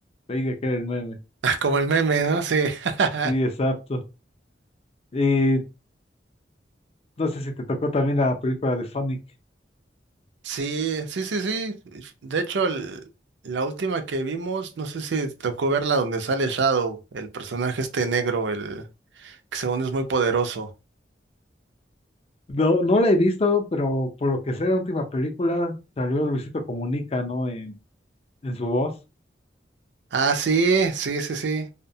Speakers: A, on the left; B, on the right.
A: ahí de que era el meme.
B: <laughs> Como el meme, ¿no? Sí. <laughs>
A: Sí, exacto. Y no sé si te tocó también la película de Sonic.
B: Sí, sí, sí, sí. De hecho, el- la última que vimos, no sé si te tocó verla donde sale Shadow, el personaje este negro, el que según es muy poderoso.
A: No, no la he visto, pero por lo que sé, la última película salió Luisito Comunica, ¿no? En, en su voz.
B: Ah, sí, sí, sí, sí.